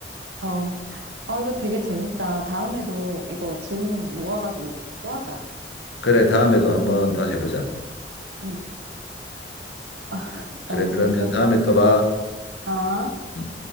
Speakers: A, on the right; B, on the left.
A: 어. 아, 이거 되게 재밌다. 다음에도 이거 질문 모아가지고 우리 또 하자.
B: 그래, 다음에도 한번 더 해보자.
A: 응. <laughs>
B: 그래,
A: 너무
B: 그러면
A: 재밌었어.
B: 다음에 또 봐.
A: 어?
B: 음.